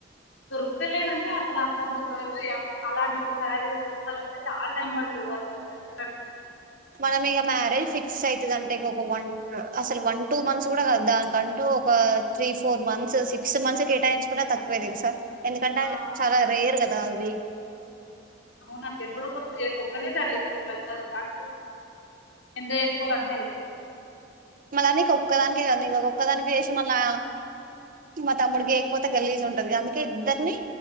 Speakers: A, on the left; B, on the right.
A: దొరుకుతయిలే గాని. అసలు అంతంత జ్యవెలరీ, అలాంటి ఒక శారీస్ దొరకాలంటే చాలా టైం పడ్తది. వాట్సాప్ వెతికితే దోరకనీ ఒక మంచి
B: మనం ఇగ మ్యారేజ్ ఫిక్స్ అయితది అంటే. ఇంక్కోక ఒక వన్ అసలు వన్ టూ మంత్స్ గూడా గాదు. దానికంటూ ఒక three four months six months కేటాయించుకున్నా తక్కువే తెల్సా. ఎందుకంటే
A: ఆ
B: చాలా రేర్ కదా ఇవి
A: అవునక్క ఎప్పుడో ఒకప్పుడు చే ఒక్కలేసారి చేసుకుంటాం కదా దానికోసం మనం ఎంత చేసుకోవాలో అంతేచేస్
B: మళ్ళ నీకు ఒక్కదానికే గద్నే. ఇగ ఒక్కదానికి చేసి మళ్ళా. మా తమ్ముడికి ఏయకపోతే గలీజ్ ఉంటది. అందుకే ఇద్దర్ని